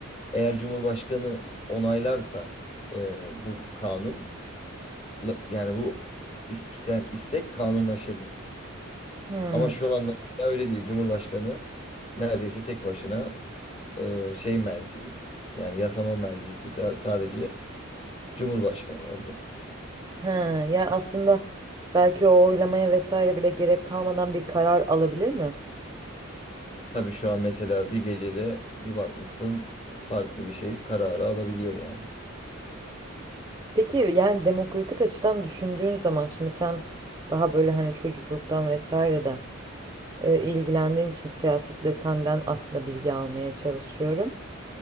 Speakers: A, on the left (about 30°); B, on the right (about 20°).
A: Eğer Cumhurbaşkanı onaylarsa e, bu kanun la- yani bu isten, istek kanunlaşırdı.
B: Hı.
A: Ama şu anda öyle değil. Cumhurbaşkanı neredeyse tek başına e, şey merci yani yasama mercisi ta- sadece Cumhurbaşkanı oldu.
B: He, ya aslında belki o oylamaya vesaire bile gerek kalmadan bir karar alabilir mi?
A: Tabii şu an mesela bir gecede bir bakmışsın farklı bir şey kararı alabiliyor yani.
B: Peki yani demokratik açıdan düşündüğün zaman şimdi sen daha böyle hani çocukluktan vesaire de e, ilgilendiğin için siyasetle senden aslında bilgi almaya çalışıyorum.